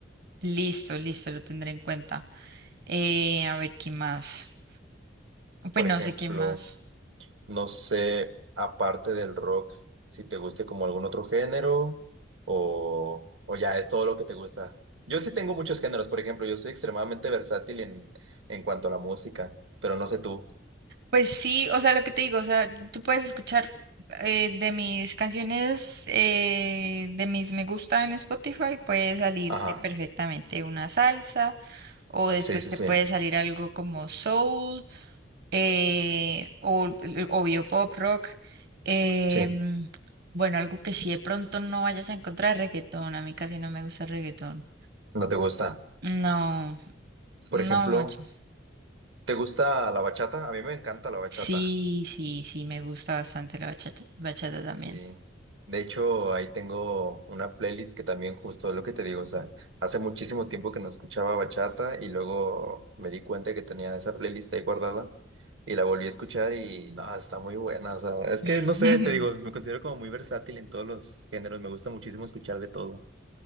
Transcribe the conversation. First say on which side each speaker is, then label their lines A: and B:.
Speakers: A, on the right (about 60°); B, on the right (about 80°).
A: listo, listo, lo tendré en cuenta. Eh, a ver, ¿qué más? Pues
B: Por
A: no
B: ejemplo.
A: sé qué más.
B: No sé, aparte del rock, si te guste como algún otro género o, o ya es todo lo que te gusta. Yo sí tengo muchos géneros, por ejemplo, yo soy extremadamente versátil en, en cuanto a la música, pero no sé tú.
A: Pues sí, o sea, lo que te digo, o sea, tú puedes escuchar eh, de mis canciones, eh, de mis me gusta en Spotify, puede salirte
B: Ajá.
A: perfectamente una salsa, o después
B: Sí, sí,
A: te
B: sí.
A: puede salir algo como soul, eh, o l- obvio pop rock. eh,
B: Sí,
A: mm, bueno, algo que sí de pronto no vayas a encontrar reggaetón, a mí casi no me gusta el reggaetón.
B: no te gusta.
A: No,
B: Por
A: no
B: ejemplo,
A: mucho.
B: ¿te gusta la bachata? A mí me encanta la bachata.
A: Sí, sí, sí, me gusta bastante la bachata, bachata también.
B: Sí, de hecho ahí tengo una playlist que también justo es lo que te digo, o sea, hace muchísimo tiempo que no escuchaba bachata y luego me di cuenta que tenía esa playlist ahí guardada y la volví a escuchar y no, está muy buena, o sea, es
A: <laughs>
B: que no sé, te digo, me considero como muy versátil en todos los géneros, me gusta muchísimo escuchar de todo.